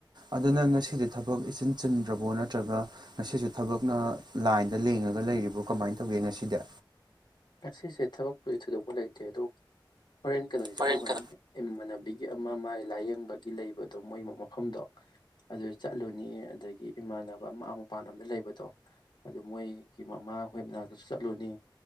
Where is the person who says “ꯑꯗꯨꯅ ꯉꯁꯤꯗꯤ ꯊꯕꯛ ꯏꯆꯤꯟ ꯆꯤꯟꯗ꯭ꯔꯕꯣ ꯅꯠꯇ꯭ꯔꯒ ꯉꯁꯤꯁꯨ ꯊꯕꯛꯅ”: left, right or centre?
Right